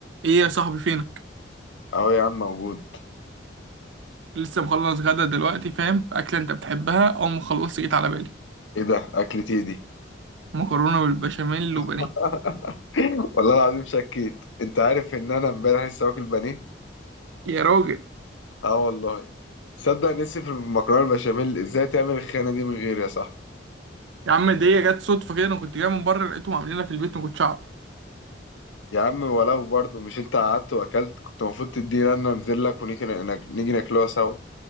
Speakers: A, on the right; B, on the left.
A: ايه يا صاحبي فينك
B: اهو يا عم موجود
A: لسه مخلص غدا دلوقتي فاهم اكله انت بتحبها اول ما خلصت جيت على بالي
B: ايه ده اكلتي دي
A: مكرونه بالبشاميل وبانيه
B: <laughs> والله العظيم شكيت انت عارف ان انا امبارح لسه واكل بانيه
A: يا راجل
B: اه والله صدق نسي في المكرونه البشاميل ازاي تعمل الخيانه دي من غيري يا صاحبي
A: يا عم دي جت صدفه كده انا كنت جاي من بره لقيتهم عاملينها في البيت ما كنتش اعرف
B: يا عم ولو برضه مش انت قعدت واكلت كنت المفروض تدينا انا انزل لك ونيجي نك- نيجي ناكلوها سوا